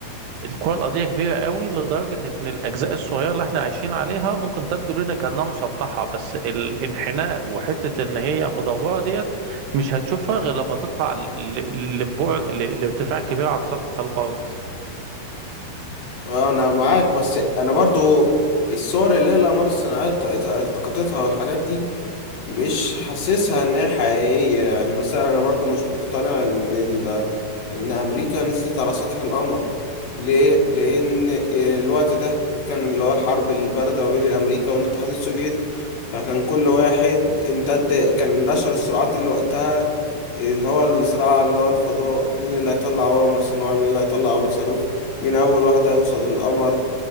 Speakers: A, on the right; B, on the left.
A: الكرة الأرضية كبيرة قوي لدرجة إن الأجزاء الصغيرة اللي إحنا عايشين عليها ممكن تبدو لنا كأنها مسطحة بس الانحناء وحتة إن هي مدورة ديت مش هتشوفها غير لما تطلع ل- لبعد ل- لارتفاع كبير عن سطح الأرض
B: اه انا معاك بس انا برضو الصور اللي هي الاقمار الصناعية التقطتها التقطتها والحاجات دي مش حاسسها ان هي حقيقية يعني مثلا انا برضو مش مقتنع ان ال... ان امريكا نزلت على سطح القمر ليه لان الوقت ده كان اللي هو الحرب الباردة ما بين امريكا والاتحاد السوفيتي فكان كل واحد امتد كان نشر الصراعات اللي وقتها اللي هو الصراع اللي هو الفضاء مين اللي هيطلع اول قمر صناعي مين اللي هيطلع اول صاروخ مين اول واحد هيوصل للقمر